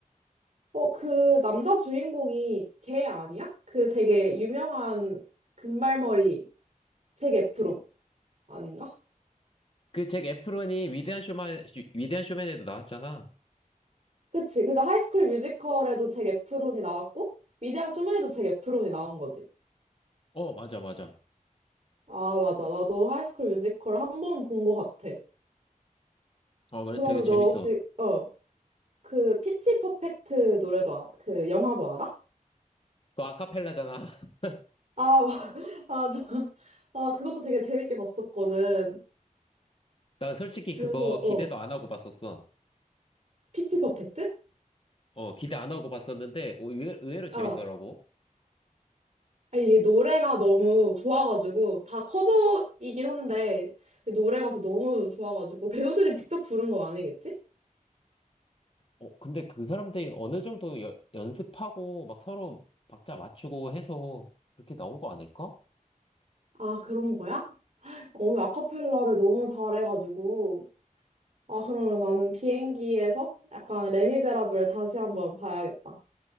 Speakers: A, on the right; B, on the left.
A: 어, 그 남자 주인공이 걔 아니야? 그 되게 유명한 금발머리 잭 에프론. 아닌가?
B: 그 잭 에프론이 위대한 쇼맨, 시- 위대한 쇼맨에도 나왔잖아.
A: 그치. 그러니까 하이스쿨 뮤지컬에도 잭 에프론이 나왔고, 위대한 쇼맨에도 잭 에프론이 나온 거지.
B: 어, 맞아, 맞아.
A: 아, 맞아. 나도 하이스쿨 뮤지컬 한 번 본 거 같아.
B: 어,
A: 그러면
B: 그래, 되게 재밌어.
A: 너 혹시, 어, 그 피치 퍼펙트 노래도, 아, 그 영화도 알아?
B: 그거 아카펠라잖아. <laughs>
A: 아, 맞아. <laughs> 아, 저, 아, 그것도 되게 재밌게 봤었거든.
B: 나 솔직히
A: 그래서,
B: 그거
A: 어,
B: 기대도 안 하고 봤었어.
A: 피치 퍼펙트?
B: 어, 기대 안 하고 봤었는데, 어, 의외- 의외로 재밌더라고.
A: 아, 아 이게 노래가 너무 좋아가지고, 다 커버이긴 한데, 노래가서 너무 좋아가지고, 배우들이 직접 부른 건 아니겠지?
B: 어, 근데 그 사람들이 어느 정도 여- 연습하고 막 서로 박자 맞추고 해서 그렇게 나온 거 아닐까?
A: 아, 그런 거야? 오늘 아카펠라를 너무 잘해가지고. 아, 그러면 나는 비행기에서 약간 레미제라블 다시 한번 봐야겠다.